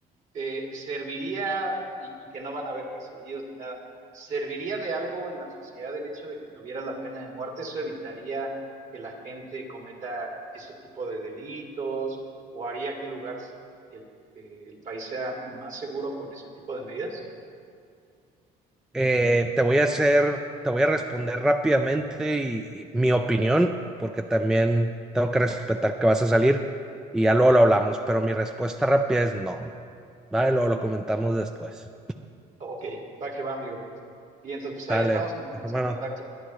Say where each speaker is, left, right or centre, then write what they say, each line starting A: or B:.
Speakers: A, on the right; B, in the centre.
A: eh, serviría, y, y que no van a haber perseguidos ni nada, ¿serviría de algo en la sociedad el hecho de que tuviera la pena de muerte? ¿Eso evitaría que la gente cometa ese tipo de delitos o haría que el lugar, que el, que el país sea más seguro con ese tipo de medidas?
B: Eh, te voy a hacer, te voy a responder rápidamente y, y mi opinión, porque también tengo que respetar que vas a salir y ya luego lo hablamos, pero mi respuesta rápida es no. Vale, luego lo comentamos después.
A: Ok, va que va, amigo. Y entonces, pues
B: Dale,
A: ahí estamos entonces
B: hermano.
A: en contacto.